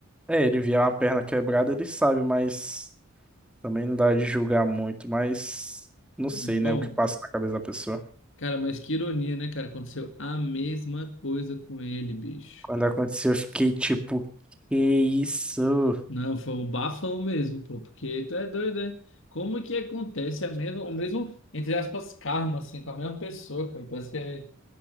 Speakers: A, in the centre; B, on the left.
A: É, ele vier uma perna quebrada, ele sabe, mas também não dá de julgar muito, mas não sei,
B: É, Bom,
A: né? O que passa na cabeça da pessoa.
B: cara, mas que ironia, né, cara? Aconteceu a mesma coisa com ele, bicho.
A: Quando aconteceu, eu fiquei tipo, que isso?
B: Não, foi um bafão mesmo, pô, porque tu é doido, né? Como que acontece a mesma, o mesmo, entre aspas, karma, assim, com a mesma pessoa, cara? Parece que é,